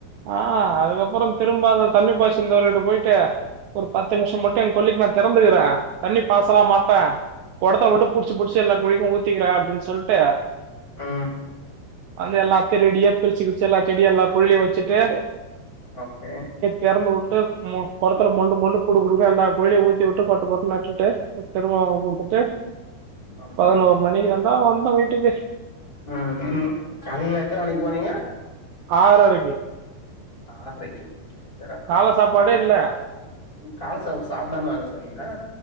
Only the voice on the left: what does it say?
ம்
ஓகே
ஓகே
ம்ஹூம் காலைல எத்தன மணிக்கு போனீங்க
ஆறரைக்கு சிறப்பு
கால சாப்பாடு சாப்பிடாம வேல செய்ரீங்களா